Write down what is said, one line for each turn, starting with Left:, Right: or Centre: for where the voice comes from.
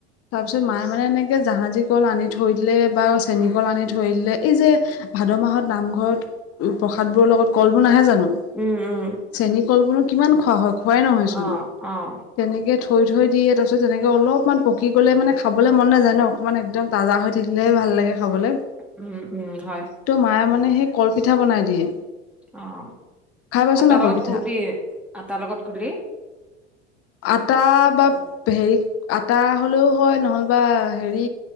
Left: তাৰপিছত মায়ে মানে এনেকে জাহাজী কল আনি থৈ দিলে বা চেনী কল আনি থৈ দিলে, এই যে ভাদ মাহত নামঘৰত প্ৰসাদবোৰৰ লগত কলবোৰ নাহে জানো?
Centre: উম, উম।
Left: চেনীকলবোৰ কিমান খোৱা হ'য়? খোৱাই নহয়চোন।
Centre: অ',
Left: তেনেকে
Centre: অ',
Left: থৈ-থৈ দিয়ে তাৰপিছত তেনেকে অলপমান পকি গ'লে মানে খাবলৈ মন নাযায় ন। অকমান একদম তাজা হৈ থাকিলে হে ভাল লাগে খাবলৈ।
Centre: উম-উম হয়।
Left: ত মায়ে মানে সেই কলপিঠা বনাই দিয়ে।
Centre: অ'
Left: খাই পাইছ
Centre: আটাৰ
Left: নাই কলপিঠা
Centre: লগত গুলী আটাৰ লগত গুলী।
Left: আটা বা হেৰি আটা হলেও হ'য় নহ'লে বা হেৰি